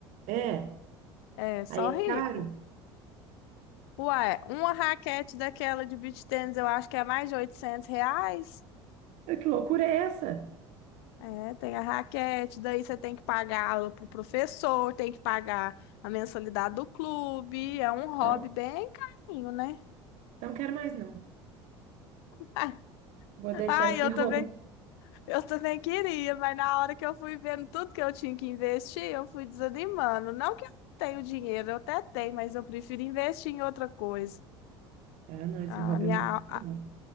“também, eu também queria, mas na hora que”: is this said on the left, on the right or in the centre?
Left